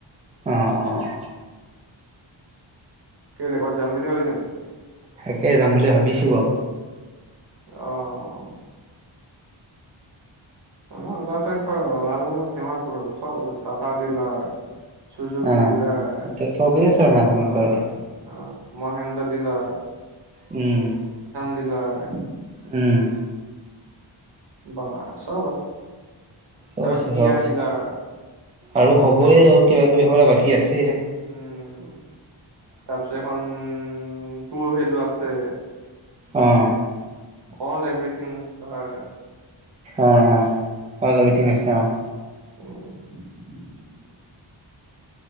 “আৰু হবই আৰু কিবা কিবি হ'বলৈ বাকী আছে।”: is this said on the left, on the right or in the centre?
Right